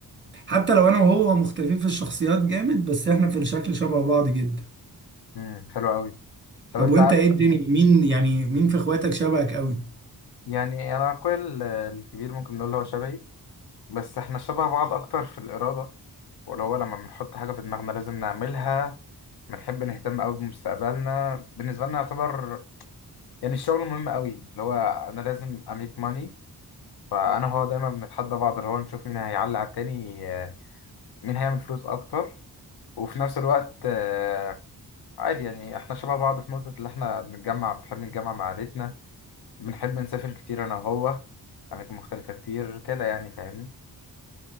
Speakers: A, on the right (about 30°); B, on the left (about 80°).
A: حتى لو انا وهو مختلفين في الشخصيات جامد بس احنا في الشكل شبه بعض جدا
B: امم حلو قوي طب
A: طب
B: انت
A: وانت
B: ع-
A: ايه الدنيا مين يعني مين في اخواتك شبهك قوي
B: يعني انا اخويا ال- الكبير ممكن نقول هو شبهي بس احنا شبه بعض اكتر في الإرادة ولا هو لما بنحط حاجة في دماغنا لازم نعملها بنحب نهتم قوي بمستقبلنا بالنسبة لنا يعتبر يعني الشغل مهم قوي اللي هو انا لازم اميك ماني فانا هو دايما بنتحدى بعض اللي هو نشوف مين هيعلي على التاني آه، مين هيعمل فلوس اكتر وفي نفس الوقت آه، عادي يعني احنا شبه بعض في نقطة اللي احنا بنتجمع بنحب نتجمع مع عائلتنا بنحب نسافر كتير انا وهو اماكن مختلفة كتير كده يعني فاهمني